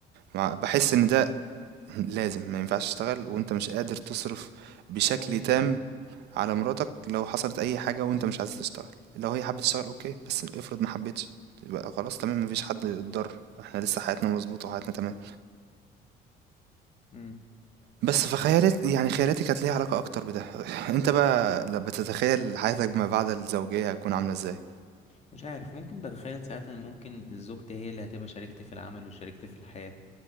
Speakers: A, on the right; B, on the left.
A: مع- بحس إن ده لازم ما ينفعش تشتغل وأنت مش قادر تصرف بشكل
B: ممكن
A: تام على مراتك لو حصلت أي حاجة وأنت مش عايز تشتغل لو هي حابة تشتغل أوكي بس افرض ما حبتش يبقى خلاص تمام مفيش حد اتضر احنا لسه حياتنا مظبوطة وحياتنا تمام
B: اه
A: بس فخيالات يعني خيالاتي كانت ليها علاقة أكتر بده <laughs> أنت بقى لما بتتخيل حياتك ما بعد الزوجية هتكون عاملة إزاي
B: مش عارف ممكن بتخيل ساعات ان ممكن زوجتي هي اللي هتبقى شريكتي في العمل وشريكتي في الحياة